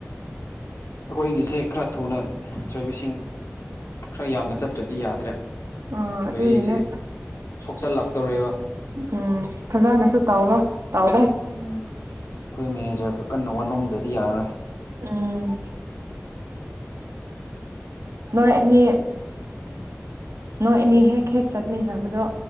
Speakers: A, on the left; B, on the right.
A: ꯑꯩꯈꯣꯏꯒꯤꯁꯦ ꯈꯔ ꯊꯨꯅ ꯁꯥꯔꯕꯤꯁꯤꯡ ꯈꯔ ꯌꯥꯝꯅ ꯆꯠꯇ꯭ꯔꯗꯤ ꯌꯥꯗ꯭ꯔꯦ
B: ꯑꯥ ꯑꯗꯨꯒꯤꯅꯦ
A: ꯒꯥꯔꯤꯁꯤ ꯁꯣꯛꯆꯜꯂꯛꯇꯧꯔꯦꯕ
B: ꯎꯝ ꯐꯖꯅꯁꯨ ꯇꯥꯎꯂꯣ ꯇꯥꯎꯋꫭ
A: ꯎꯝ ꯑꯩꯈꯣꯏ ꯃꯦꯅꯦꯖꯔ ꯈ ꯀꯟꯅ ꯋꯥꯅꯣꯝꯗꯗꯤ ꯌꯥꯔꯔꯣꯏ
B: ꯎꯝ ꯅꯣꯏ ꯑꯅꯤ ꯅꯣꯏ ꯑꯅꯤ ꯍꯦꯛ ꯍꯦꯛ ꯆꯥꯠꯃꯤꯟꯅꯕꯗꯣ